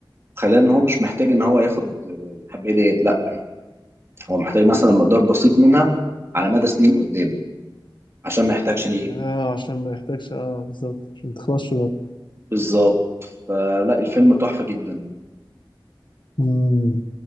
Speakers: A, on the right (about 30°); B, on the left (about 65°).
A: خلاه إن هو مش محتاج إن هو ياخد آه، الحباية ديت لأ هو محتاج مثلا مقدار بسيط منها على مدى سنين قدام عشان ما يحتاجش ليها
B: اه عشان ما يحتاجش اه بالظبط عشان ما تخلصش برضه
A: بالظبط فلا الفيلم تحفة جدا
B: مم.